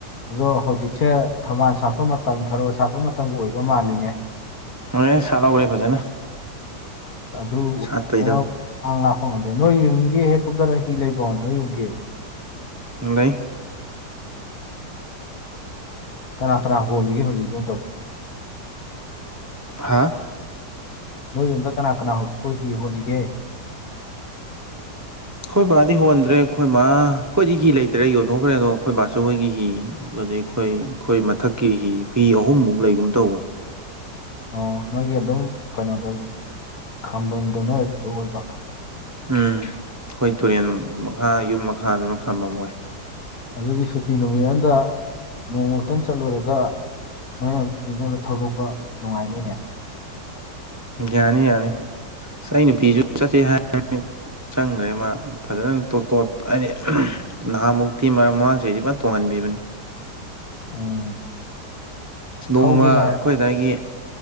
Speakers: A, on the left (about 60°); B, on the right (about 15°).
A: ꯑꯗꯣ ꯍꯧꯖꯤꯛꯁꯦ ꯊꯝꯕꯥꯜ ꯁꯥꯠꯄ ꯃꯇꯝ ꯊꯥꯔꯣ ꯁꯥꯠꯄ ꯃꯇꯝꯕꯨ ꯑꯣꯏꯕ ꯃꯥꯜꯂꯤꯅꯦ
B: ꯑꯣꯔꯦꯟ ꯁꯥꯠꯍꯧꯔꯦ ꯐꯖꯅ
A: ꯑꯗꯨ ꯎ
B: ꯁꯥꯠꯄꯩꯗꯣ
A: ꯍꯦꯟꯑꯥꯎ ꯈꯥꯡ ꯂꯥꯛꯄ ꯉꯝꯗ꯭ꯔꯦ ꯅꯣꯏ ꯌꯨꯝꯒꯤ ꯍꯦꯛ ꯀꯨꯝꯊꯥꯔ ꯍꯤ ꯂꯩꯕ꯭ꯔꯣ ꯅꯣꯏ ꯌꯨꯝꯒꯤ
B: ꯂꯩ
A: ꯀꯅꯥ-ꯀꯅꯥ ꯍꯣꯜꯂꯤꯒꯦ ꯍꯧꯖꯤꯛ ꯌꯨꯝꯗꯕꯣ
B: ꯍꯥꯥ
A: ꯅꯣꯏ ꯌꯨꯝꯗ ꯀꯅꯥ-ꯀꯅꯥ ꯍꯧꯖꯤꯛ ꯄꯨ ꯍꯤ ꯍꯣꯜꯂꯤꯒꯦ
B: ꯑꯩꯈꯣꯏ ꯕꯥꯗꯤ ꯍꯣꯟꯗ꯭ꯔꯦ ꯑꯩꯈꯣꯏ ꯃꯥ ꯑꯩꯈꯣꯏꯗꯤ ꯍꯤ ꯂꯩꯇ꯭ꯔꯦ ꯌꯣꯟꯊꯣꯛꯈ꯭ꯔꯦ ꯑꯗꯣ ꯑꯩꯈꯣꯏ ꯕꯥꯆꯧ ꯍꯣꯏꯒꯤ ꯍꯤ ꯑꯗꯩ ꯑꯩꯈꯣꯏ-ꯑꯩꯈꯣꯏ ꯃꯊꯛꯀꯤ ꯍꯤ-ꯍꯤ ꯑꯍꯨꯝꯃꯨꯛ ꯂꯩꯒꯨꯝ ꯇꯧꯕꯅꯤ
A: ꯑꯣ ꯅꯣꯏꯒꯤ ꯑꯗꯨꯝ ꯀꯩꯅꯣꯗ ꯈꯥꯝꯕꯝꯗꯣ ꯅꯣꯏ ꯑꯗꯨ ꯑꯣꯏꯕ
B: ꯎꯝ ꯑꯈꯣꯏ ꯇꯨꯔꯦꯟ ꯃꯈꯥ ꯌꯨꯝ ꯃꯈꯥꯗꯨꯅ ꯈꯝꯕꯝ ꯑꯣꯏ
A: ꯑꯗꯨꯒꯤ ꯁꯨꯇꯤ ꯅꯨꯃꯤꯠ ꯑꯃꯗ ꯅꯣꯡꯃꯇꯪ ꯆꯠꯂꯨꯔꯒ ꯃꯥꯔꯛ ꯍꯤꯗꯨ ꯑꯝꯗ ꯊꯧꯗꯣꯛꯄ ꯅꯨꯡꯉꯥꯏꯅꯤꯅꯦ
B: ꯌꯥꯅꯤ-ꯌꯥꯅꯤ ꯑꯩ ꯅꯨꯄꯤꯖꯨ ꯆꯠꯁꯦ ꯍꯥꯏꯕꯅꯤ ꯆꯪꯒ꯭ꯔꯦ ꯃꯥ ꯐꯖꯥꯅ ꯇꯣ-ꯇꯣꯠ ꯑꯥꯏꯗꯤ ꯅꯍꯥꯃꯨꯛꯇꯤ ꯃꯔꯛ ꯃꯃꯥꯡ ꯆꯍꯤꯗꯤ ꯑꯩꯗꯤ ꯐꯖꯅ ꯇꯣꯡꯍꯟꯕꯤꯕꯅꯤ
A: ꯎꯝ
B: ꯅꯣꯡꯃ
A: ꯊꯧꯒꯦꯒ ꯍꯥꯏꯔ
B: ꯑꯈꯣꯏ ꯑꯗꯥꯏꯒꯤ